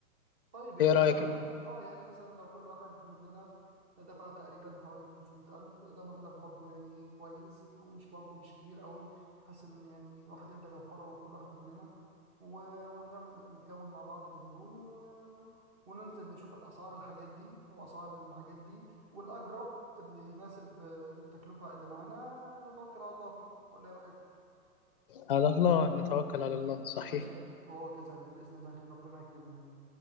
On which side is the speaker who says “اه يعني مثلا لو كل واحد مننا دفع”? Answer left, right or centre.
Right